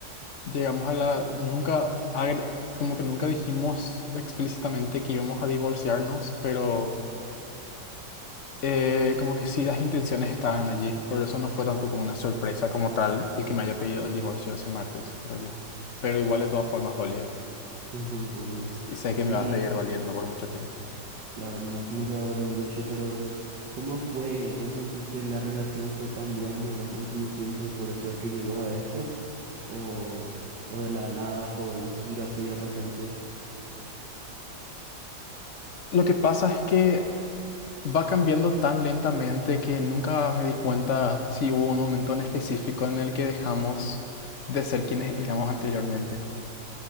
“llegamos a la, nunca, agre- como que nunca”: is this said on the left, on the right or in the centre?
Left